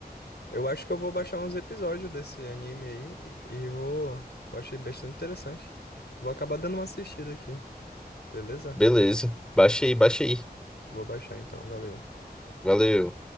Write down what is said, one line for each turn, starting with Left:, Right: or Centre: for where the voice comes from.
Left: Eu acho que eu vou baixar uns episódios desse anime aí e e vou. Eu achei bastante interessante. Vou acabar dando uma assistida aqui. Beleza?
Centre: Beleza. Baixa aí, baixa aí.
Left: Vou baixar então, valeu.
Centre: Valeu.